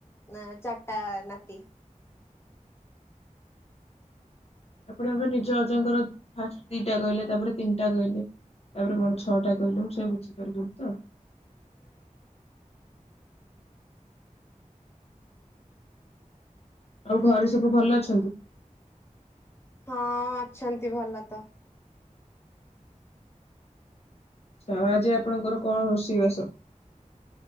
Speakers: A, on the left; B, on the left.
A: ନା ଚାର୍ ଟା ନାତି।
B: ଆପଣ ଏବେ ନିଜ ଅଜାଙ୍କର ଫାଷ୍ଟ୍ ଦିଟା କହିଲେ। ତାପରେ ତିନିଟା କହିଲେ। ତାପରେ କଣ? ଛଟା କହିଲେ ମୁଁ ସେଟା ବୁଝିପାରିଲୀନି ତ। ଆଉ ଘରେ ସବୁ ଭଲ ଅଛନ୍ତି।
A: ହଁ ଅଛନ୍ତି ଭଲ ତ।
B: ଆଛା ଆଜି ଆପଣଙ୍କର କଣ ରୋଷେଇବାସ?